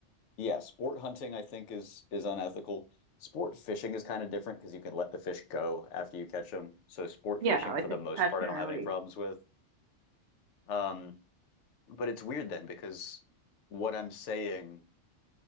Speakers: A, on the left; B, on the right.
A: yeah, sport hunting I think is is unethical. Sport fishing is kind of different because you can let the fish go after you catch them. So sport
B: Yeah,
A: fishing
B: like
A: for the
B: the
A: most
B: catch
A: part
B: and
A: I don't
B: release.
A: have any problems with. Um, but it's weird then because what I'm saying